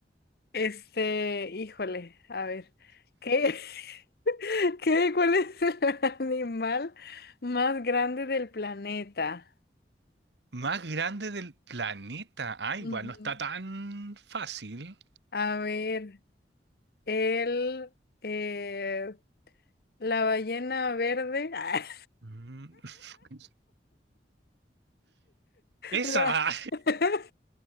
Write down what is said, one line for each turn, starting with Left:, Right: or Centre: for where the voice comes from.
Left: este, híjole, a ver, ¿qué, <laughs> qué, cuál es el <laughs> animal más grande del planeta?
Right: Más grande del planeta. Ah, igual
Left: Ujú.
Right: no está tan fácil.
Left: A ver, el, eh, la ballena verde, <laughs>
Right: Mm. <laughs> Esa.
Left: la, <laughs>